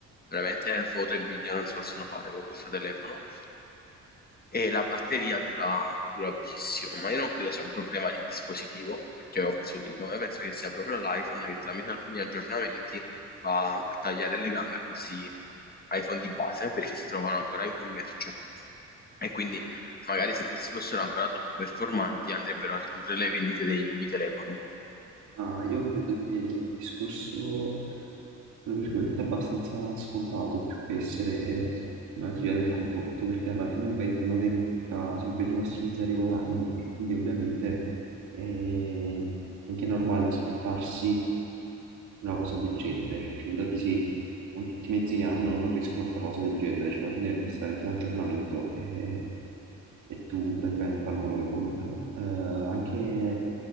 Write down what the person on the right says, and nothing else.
Ma io credo che è un discorso, tra virgolette, abbastanza scontato, più che essere una teoria del complotto, perché alla fine ovviamente uno tenta sempre di massimizzare i guadagni e quindi ovviamente è anche normale aspettarsi una cosa del genere, cioè figurati se con tutti i mezzi che hanno non riescono a fare una cosa del genere, cioè alla fine basta veramente un aggiornamento e, e tu praticamente fanno quello che vogliono. Eh, anche